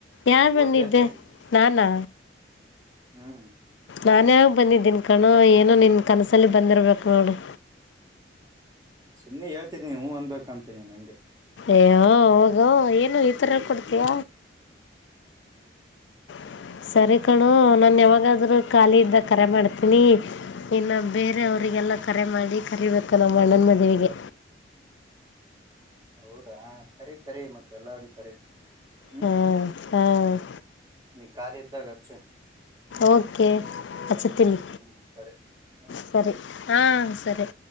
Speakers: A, on the left; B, on the right.
A: ಯಾರ್
B: ಹೋದ್
A: ಬಂದಿದ್
B: ಜಾತ್ರೆಗೆ
A: ನಾನಾ
B: ಹ್ಮ್
A: ನಾನೇ ಬಂದಿದ್ದೀನ್ ಕಣ ಏನೋ ನಿನ್ನ ಕನಸಲ್ಲಿ ಬಂದಿರ್ಬೇಕು ನೋಡು
B: ಸುಮ್ಮನೆ ಹೇಳ್ತಿದ್ದೀಿ ನೀ ಹ್ಮ್ ಅಂದ್ಬೇಕ ಅಂತಿ ನಂಗೆ
A: ಏ ಹೋಗ ಏನು ಈಥರ ಕೊಡ್ತಯ
B: ಹ್ಮ್
A: <inaudible> ಸರಿ ಕಣು ನಾನು ಯಾವಾಗಾದ್ರೂ ಖಾಲಿ ಇದ್ದ ಕರೆ ಮಾಡ್ತೀನಿ ಇನ್ನು ಬೇರೆ ಅವರಿಗೆಲ್ಲ ಕರೆ ಮಾಡಿ ಕರಿಬೇಕ ನಮ್ಮ ಅಣ್ಣನ್ ಮದುವಿಗೆ
B: ಹೌದಾ ಕರಿ ಕರಿ ಮತ್ತೆ ಎಲ್ಲಾರ ಕರಿ ಹ್ಮ್
A: ಹ್ಮ ಸರಿ
B: ನೀ ಖಾಲಿ ಇದ್ದಾಗಚ್ಚು
A: ಓಕೆ ಅಚ್ಚ ತಿಿನಿ
B: ಹ್ಮ್ ಸರಿ ಹ್ಮ್
A: ಸರಿ ಹಾ ಸರಿ